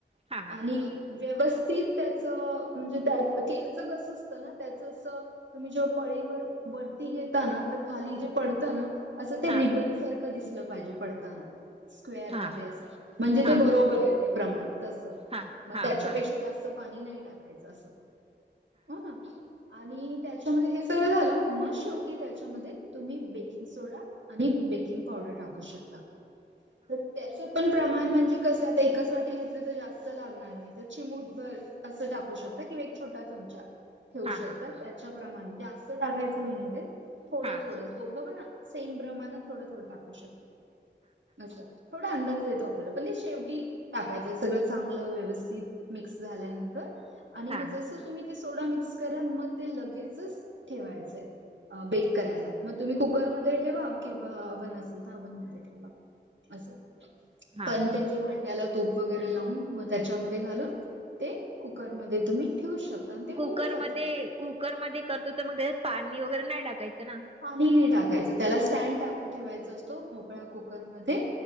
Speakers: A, on the right (about 30°); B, on the right (about 85°).
A: हा हा
B: आणिऽ पुड व्यवस्थित त्याच, म्हणजे त्या केकच कस असतं ना, त्याच तुम्ही पळीभर वरती घेता ना, तर खाली जे पडत ना, आस ते
A: हा
B: रिबनऽजो सारखं दिसलं पाहिजे पडताना, स्क्वेअर
A: हा हा
B: मधे अस, म्हणजे
A: हा
B: ते
A: हा
B: बरोबर आहेत. ते प्रमाण तस
A: हा हा
B: म
A: हा
B: त्याच्यापेक्षा
A: हा
B: जास्त पाणी नाय टाकायचं अस हा. आणि त्याच्यामध्ये हे सगळं झालं म शेवटी त्याच्यामध्ये तुम्ही बेकिंग सोडा आणि बेकिंग पावडर टाकू शकता. तर त्या चे पण प्रमाण म्हणजे कस आता एकच वाटी घेतलं तर जास्त लागणार. तर चिमूट भर असं टाकू शकता किंवा एक छोटा चमचा. ठेवु
A: हा
B: शकतात
A: हा हा
B: त्याच्याप्रमाणे जास्त टाकायचं नाहीये ते थोड
A: हा
B: दोघं पण सेम प्रमाणात थोडं थोडं टाकू शकता आसं. थोडा अंदाज येतो आपल्याला पण ते शेवटी टाकायच सगळं चांगलं व्यवस्थित मिक्स झाल्यानंतर. आणि
A: हा हा
B: म जस तुम्ही ते सोडा मिक्स करा मग ते लगेच ठेवायचंय बेक करायला. म तुम्ही कुकरमध्ये ठेवा किंवा अव्हन असेल तर अव्हन मध्ये ठेवा. असं
A: हा
B: पण
A: हा
B: त्याचे भांड्याला तूप वगैरे लावून मग त्याच्यामध्ये घालून ते कुकरमध्ये तुम्ही ठेवू शक ता ते
A: कुकरमध्ये
B: होऊन जातं.
A: कुकरमध्ये करतोय तर मग त्याच्यात पाणी वगैरे नाय टाकायचं ना?
B: पाणी नाय टाकायचं त्याला स्टँड टाका ठेवायच असतो मोकळ्या कुकरमध्ये.